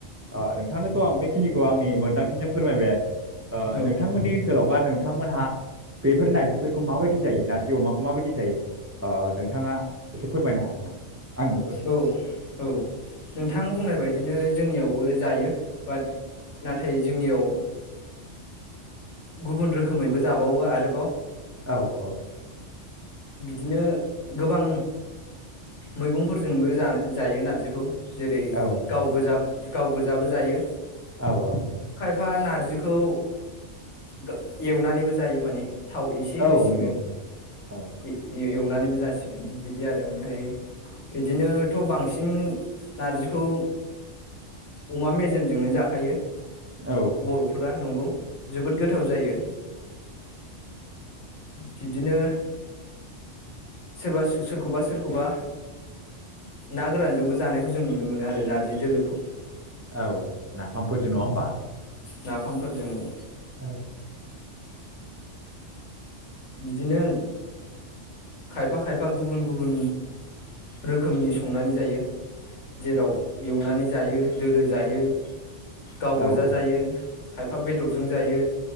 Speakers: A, on the right; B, on the left.
A: अ नोंथांनोथ' आं बेखिनिखौ आंनि मोनदांथिजों फोरमायबाय आरो ओ
B: औ
A: नोंथांमोननि ओनसोलाव बा नोंथांमोनहा बेफोर नारजिफोरखौ माबायदि जायो नारजि अमाखौ माबायदि जायो ओ नोंथाङा एसे फोरमायनो हागोन ना आंनोबो
B: औ औ नोंथां बुंनाय बायदिनो जोंनियावबो जायो बाट नाथाय जोंनियाव गुबुन रोखोमैबो जाबावो आरोबाव
A: औ औ
B: बिदिनो गोबां मैगंफोरजोंबो जाना-जायो नारजिखौ जेरै
A: औ
B: गाव गोजा गाव गोजाबो जायो।
A: आव‌ आव
B: फा नारजिखौ दा एवनानैबो जायो माने। थाव एसे होसिगोन
A: औ नंगौ औ
B: ए-ए-एव नानैबो जासियो बिदि आरो ओमफाय इदिनोथ' बांसिन नारजिखौ अमा मेजेमजोंनो जाखायो।
A: औ
B: बर'फोरा नंगौ। जोबोद गोथाव जायो बिब्दिनो सोरबा सो-सोरखौबा सोरखौबा ना गोरानजोंबो जानायखौ जों नुनो मोनो आरो नारजि दोलोखौ।
A: औ नाफामफोरजो नङा होमबा।
B: नाफामफोरजों
A: औ
B: बिदिनो खायफा खायफा गुबुन गुबुन रोखोमनि संनानै जायो। जेराव
A: औ
B: एवनानै जायो दोलो जायो गाव
A: औ
B: गोजा जायो। खायफा बेदरजों जायो